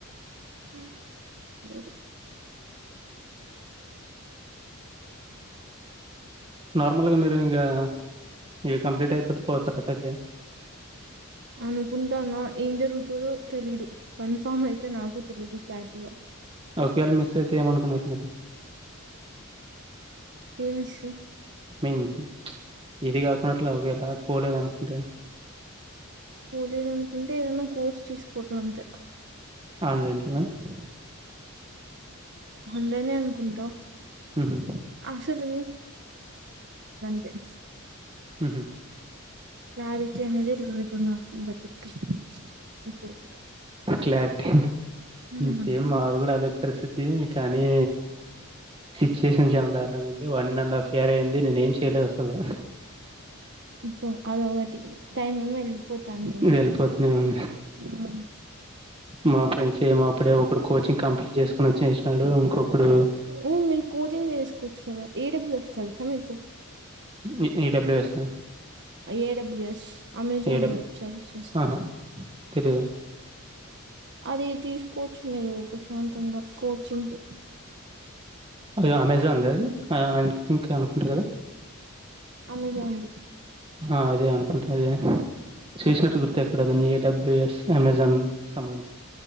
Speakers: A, on the right (about 55°); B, on the right (about 25°).
A: హమ్ లేదు
B: నార్మల్గా మీరు ఇంగా ఇవి కంప్లీట్ అయిపోతే పోతారా <unintelligible>
A: అనుకుంటాన్నా ఏం జరుగుతదో తెలీదు కన్ఫార్మ్ అయితే నాకు తెలీదు క్లారిటీగా
B: ఒకేలా మిస్ అయితే ఎమనుకున్నారు మరి
A: ఏ మిస్సు
B: ఐ మీన్ ఇది గాకునా అట్లా ఒకవేలా పోలేదు అనుకుంటే
A: పోలేదు అనుకుంటే ఏదన్నా కోర్స్ <unintelligible> అంతే
B: <unintelligible>
A: హండేనే అనుకుంటా
B: ఉహుమ్
A: అసలు <unintelligible>
B: ఉహుమ్
A: క్లారిటీ అనేది లేదు ఇప్పుడు నాకు బత్తుక్కి <unintelligible>
B: క్లారిటీ
A: ఉమ్.
B: సేమ్ మాది కూడా అదే పరిసిత్ <unintelligible> కానీ సిచ్యుయేషన్ చాల దారుణంగా ఉంది వన్ అండ్ హఫ్ ఇయార్ అయింది నేనేమ్ చేయలేదు అసలు
A: <unintelligible> అదొకటి టైమ్ ఏమో ఎల్లిపోతాంటుంది
B: వెళ్ళిపోతూనే ఉంది
A: హా
B: మా ఫ్రెండ్స్ ఏమో అప్పుడే ఒకడు కోచింగ్ కంప్లీట్ చేసుకుని ఒచ్చేసినాడు ఇంకొకడు
A: ఉమ్ మీ కోచింగ్ చేసుకోవచ్చు కదా ఏ డబ్ల్యూ ఎస్ తెల్సా మీకు
B: <unintelligible> ఎ డబ్ల్యూ ఎస్ ఆ
A: ఏడబ్ల్యూఎస్ అమెజాన్
B: ఏడబ్ల్యూ
A: వెబ్సైట్స్ చేస్త
B: ఆహా తెలియదు
A: అది తీసుకోవచ్చు మీరు ప్రశాంతంగా కోచింగ్
B: <unintelligible> అమెజాన్ ద అది ఆ ఐ థింక్ అనుకుంట కదా
A: అమెజాన్ ది
B: హ అదే అనుకుంటా అదే చేసినట్టు గుర్తు ఎక్కడో గాని A W S Amazon సమంచి